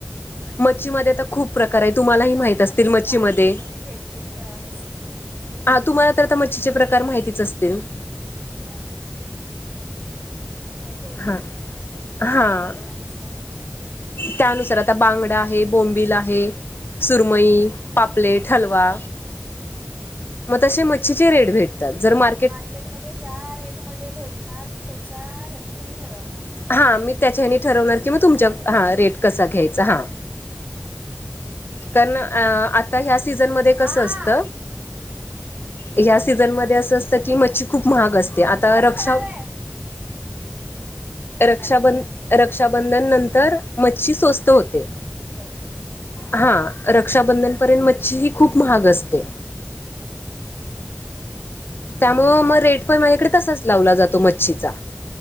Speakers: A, on the left; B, on the right.
A: मच्छीमध्ये आता खूप प्रकार आहे तुम्हालाही
B: म्हणजे जशी
A: माहित
B: मच्छी
A: असतील मच्छीमध्ये
B: मार्केटमध्ये भेटते त्यानुसार
A: हा तुम्हाला तर आता मच्छीचे प्रकार माहितीच असतील.
B: हां. माहिती आहेत
A: हा
B: ना
A: हा
B: मग त्यानुसार
A: त्यानुसार आता बांगडा आहे बोंबिल आहे. सुरमई पापलेट हलवा.
B: हां
A: मग तसे मच्छीचे रेट भेट. जर मा
B: मार्केटमध्येध्ये ज्या रेट मध्ये भेटणार त्याच्या हनी तुम्ही ठरवणार. म्हणजे
A: हा मी त्याच्या ठरवणार
B: मच्छीचं
A: की मग तुमच्या
B: त्याचे
A: हा
B: वेळ
A: रेट कसा घ्यायचा हां. कारण आता ह्या सीझनमध्येध्ये
B: हां
A: कसं असत. या्या सीझनमध्येध्ये असं असतं की मच्छी खूप महाग असते आता
B: बस
A: रक्षा
B: थोडा वेळ रक्षाबंधन
A: रक्षाबं रक्षाबंधन नंतर मच्छी स्वस्त होते.
B: सॉरी स हां.
A: हा रक्षाबंधनपर्यंत मच्छी ही खूप महाग असते. त्यामुळ मग रेट पण माझ्याकडे तसाच लावला जातो मच्छीचा